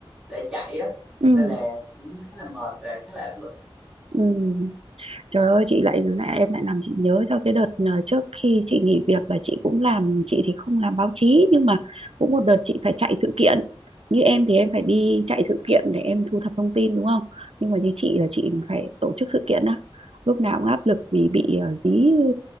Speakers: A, in the centre; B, on the right (about 75°).
A: để chạy á
B: ừ,
A: nên là cũng khá là mệt và khá là áp lực
B: ừ. Trời ơi chị lại lại em lại làm chị nhớ cho cái đợt ờ, trước khi chị nghỉ việc là chị cũng làm chị thì không làm báo chí nhưng mà cũng một đợt chị phải chạy sự kiện như em thì em phải đi chạy sự kiện để em thu thập thông tin đúng không nhưng mà như chị là chị phải tổ chức sự kiện á lúc nào cũng áp lực vì bị ờ, dí